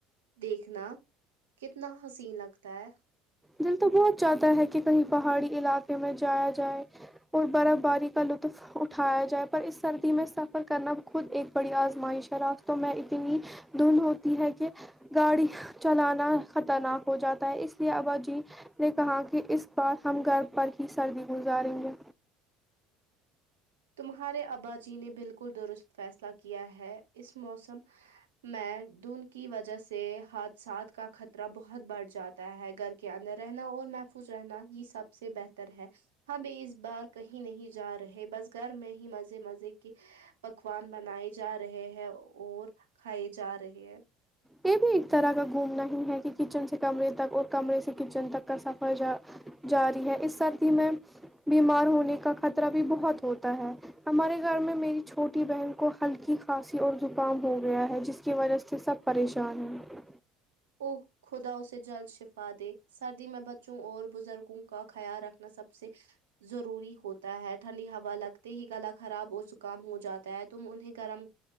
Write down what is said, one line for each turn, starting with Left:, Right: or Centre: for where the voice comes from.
Right: دیکھنا کتنا حسین لگتا ہے
Centre: دل تو بہت جاتدا ہے کہ کہیں پہاڑی علاقے میں جایا جائے اور برا باری کا لطف اٹھایا جائے پر اس سردی میں سفر کرنا خود ایک بڑی آزمائش ہے راخت تو میں اتنی دھند ہوتی ہے کہ گاڑی چلانا خطرناک ہو جاتا ہے اس لیے آو جو نے کہا کہ اس بار ہم گھر پر ہی سردی گزاریں ہیں
Right: تمہارے ابا جی نے بالکل درست فیصلہ کیا ہے اس موسم میں دھن کی وجہ سے حادثات کا خطرہ بہت بڑھ جاتا ہے گھر کے اندر رہنا اور محفوظ رہنا یہ سب سے بہتر ہے ہم ب اس بار کہیں نہیں جا رہے بس گھر میں ہی مزے مزے کے پکوان بنائے جا رہے ہیں اور کھائے جا رہے ہیں
Centre: یہ بھی ایک طرح کا گھومنا نہیں ہے کہ کچن سے کمرے تک اور کمرے سے کچن تک کا سفر ج جاری ہے اس سردی میں بیمار ہونے کا خطرہ بھی بہت ہوتا ہے ہمارے گھر میں میری چھوٹی بہن کو ہلکی کھانسی اور زکام ہو گیا ہے جس کی وجہ سے سب پریشان ہیں
Right: اوہ خدا اسے جل شفا دے سردی میں بچوں اور بزرگوں کا خیال رکھنا سب سے ضروری ہوتا ہے ٹھنڈی ہوا لگتے ہی گلا خراب اور زکام ہو جاتا ہے تم انہیں گرم